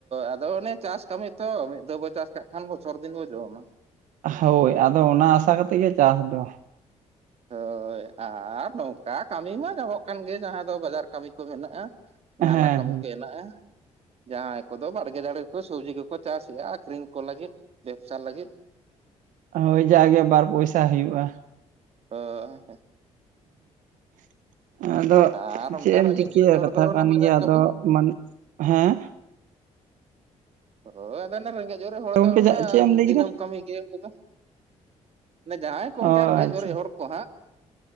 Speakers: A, on the right; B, on the right.
A: ᱟᱫᱚ ᱚᱱᱮ ᱪᱟᱥ ᱠᱟᱹᱢᱤ ᱛᱚ ᱢᱤᱫ ᱫᱷᱟᱣ ᱵᱚ ᱪᱟᱥ ᱠᱟᱜ ᱠᱷᱟᱱ ᱵᱚᱪᱷᱚᱨ ᱫᱤᱱ ᱵᱚ ᱡᱚᱢᱟ
B: ᱦᱳᱭ ᱟᱫᱚ ᱚᱱᱟ ᱟᱥᱟ ᱠᱟᱛᱮᱫ ᱜᱮ ᱪᱟᱥ ᱫᱚ
A: ᱦᱳᱭ ᱟᱨ ᱱᱚᱝᱠᱟ ᱠᱟᱹᱢᱤ ᱢᱟ ᱧᱟᱢᱚᱜ ᱠᱟᱱ ᱜᱮ ᱡᱟᱦᱟᱸ ᱫᱚ ᱵᱟᱡᱟᱨ ᱠᱟᱹᱢᱤ ᱠᱚ ᱢᱮᱱᱟᱜᱼᱟ
B: ᱦᱮᱸ
A: ᱱᱟᱞᱞᱟ
B: ᱦᱮᱸ
A: ᱠᱟᱹᱢᱤᱛᱮ ᱦᱮᱱᱟᱜᱼᱟ ᱡᱟᱦᱟᱸᱭ ᱠᱚᱫᱚ ᱵᱟᱝ ᱵᱟᱲᱜᱮ ᱫᱟᱲᱮ ᱠᱚ ᱥᱚᱵᱽᱡᱤ ᱠᱚᱠᱚ ᱪᱟᱥᱮᱫᱼᱟ ᱟᱠᱷᱨᱤᱧ ᱠᱚ ᱞᱟᱹᱜᱤᱫ ᱵᱮᱵᱥᱟ ᱞᱟᱹᱜᱤᱫ
B: ᱳᱭ ᱡᱟᱜᱮ ᱵᱟᱨ ᱯᱚᱭᱥᱟ ᱦᱩᱭᱩᱜᱼᱟ
A: <unintelligible>
B: <unintelligible> ᱟᱫᱚ
A: ᱟᱨ ᱚᱱᱠᱟ
B: ᱪᱮᱫ ᱮᱢ
A: ᱨᱮᱸᱜᱮᱡ
B: ᱪᱤᱠᱟᱹᱭᱟ
A: ᱚᱨᱮᱡ ᱦᱚᱲ
B: ᱠᱟᱛᱷᱟ
A: ᱫᱚ ᱚᱱᱟ
B: ᱠᱟᱱ
A: ᱵᱟᱡᱟᱨ
B: ᱜᱮᱭᱟ ᱟᱫᱚ
A: ᱠᱟᱹᱢᱤ
B: ᱢᱟᱱᱮ ᱦᱮᱸ
A: ᱦᱳᱭ ᱟᱫᱚ ᱨᱮᱸᱜᱮᱡᱚᱨᱮᱡ ᱦᱚᱲ
B: ᱜᱚᱝᱠᱮ
A: ᱫᱚ ᱦᱩᱱᱟᱝ
B: ᱪᱮᱫ ᱮᱢ ᱞᱟᱹᱭ
A: ᱫᱤᱱᱟᱹᱢ
B: ᱠᱮᱫᱟ
A: ᱠᱟᱹᱢᱤ ᱜᱮᱭᱟ ᱩᱱᱠᱩ ᱫᱚ ᱚᱱᱮ ᱡᱟᱦᱟᱸᱭ ᱠᱚ ᱚᱱᱠᱟ
B: ᱚ
A: ᱨᱮᱜᱮᱡ
B: ᱟᱪᱪᱷᱟ
A: ᱚᱨᱮᱡ ᱦᱚᱲ ᱠᱚ ᱦᱟᱸᱜ